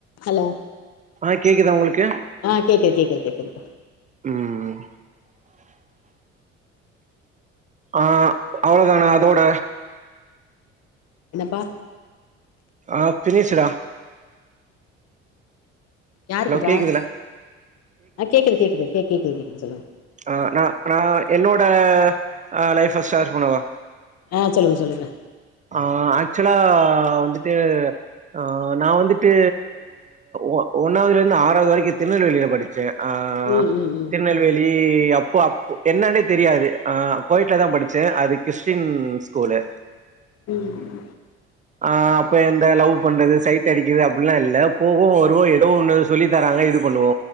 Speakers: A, on the left (about 45°); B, on the right (about 20°).
A: Hello
B: ஆ கேக்குதா உங்களுக்கு
A: ஆ கேக்குது கேக்குது கேக்குது இப்ப.
B: ம். ஆ அவ்ளதானா அதோட.
A: என்னப்பா?
B: ஆ பினிஷ்ஷுடா.
A: யாருக்குப்பா
B: ஹலோ கேக்குதில்ல?
A: ஆ கேக்குது கேக்குது கே கே கேக்குது கேக்குது சொல்லுங்க.
B: ஆ நா நா என்னோட அ லைஃப ஷேர் பண்ணவா?
A: ஆ சொல்லுங்க சொல்லுங்க.
B: ஆ ஆக்சுலா வந்துட்டு ஆ நா வந்துட்டு ஒ ஒன்னாவதுலருந்து ஆறாவது வரைக்கு திருநெல்வேலில படிச்சே அ
A: ம் ம் ம்
B: திருநெல்வேல் இ அப்போ அப்போ என்னன்னே தெரியாது அ கோயட்லதா படிச்சே அது கிறிஸ்டின் ஸ் கூலு
A: ம்
B: ஆ அப்போ எந்த லவ் பண்றது சைட் அடிக்கிற அப்பில்லா இல்ல போவோ வருவோ எ து சொல்லித்தராங்க இது பண்ணுவோ